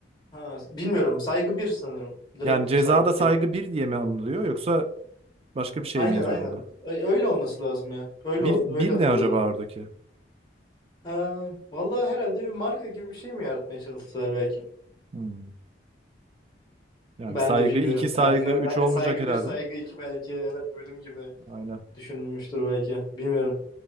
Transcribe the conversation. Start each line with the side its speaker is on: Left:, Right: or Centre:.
Left: Ha, bilmiyorum. Saygı bir sanırım. Direkt
Right: Yani cezada
Left: saygı
Right: saygı
Left: bir.
Right: bir diye mi anılıyor yoksa başka bir şey
Left: Aynen
Right: mi yazıyor
Left: aynen.
Right: onda?
Left: Ö- Öyle olması lazım ya. Öyle
Right: Bir,
Left: ol-
Right: bir
Left: öyle hatırlıyorum.
Right: ne acaba oradaki?
Left: Ee, vallahi herhalde bir marka gibi bir şey mi yaratmaya çalıştılar belki?
Right: Hmm. Yani
Left: Ben
Right: saygı
Left: de bilmiyorum.
Right: iki saygı
Left: Yani inan,
Right: üç
Left: hani
Right: olmayacak
Left: saygı
Right: herhalde
Left: bir saygı
Right: de.
Left: iki belki. Evet bölüm gibi
Right: Aynen.
Left: düşünülmüştür belki. Bilmiyorum.